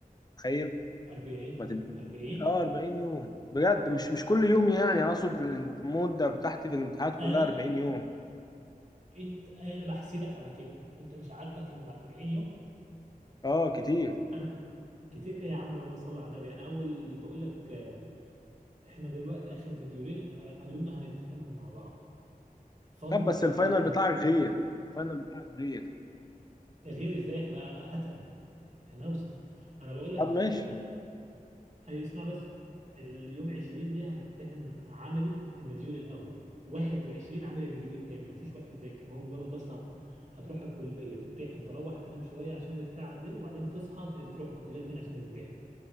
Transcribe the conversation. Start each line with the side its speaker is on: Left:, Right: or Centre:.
Left: تخيل
Right: 40
Left: ما تب...
Right: 40
Left: اه أربعين يوم بجد مش مش كل يوم يعني أقصد المدة بتاعتي في الامتحانات
Right: انا
Left: كلها أربعين يوم
Right: انت انا بحسدك على كده انت مش عاجبك ان ال 40 يوم
Left: اه كتير
Right: انا كتير يا عم الله صلى على النبي انا اول بقول لك آه، احنا دلوقتي اخر مديولين آه، قالوا لنا هنمتحنهم مع بعض فاضل
Left: طب بس
Right: دل...
Left: الفاينل
Right: ه-
Left: بتاعك غير الفاينل بتاعك غير
Right: غير ازاي احنا اتقل احنا اوسخ انا بقول لك
Left: طب ماشي
Right: آه، هي اسمع بس اليوم 20 دي هنمتحن عملي المديول الاول 21 عملي المديول التاني مفيش وقت تذاكر هو مجرد بس هت... هتروح الكليه تمتحن تروح تنام شويه عشان التعب ده وبعدين تصحى ت- تروح الكليه تاني عشان تمتحن